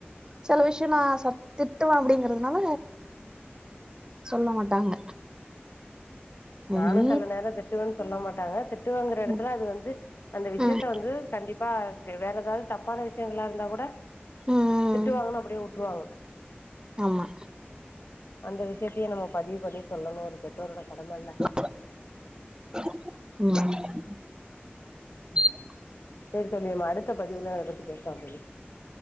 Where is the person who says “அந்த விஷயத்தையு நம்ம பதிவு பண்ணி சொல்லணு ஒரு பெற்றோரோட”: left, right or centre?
Left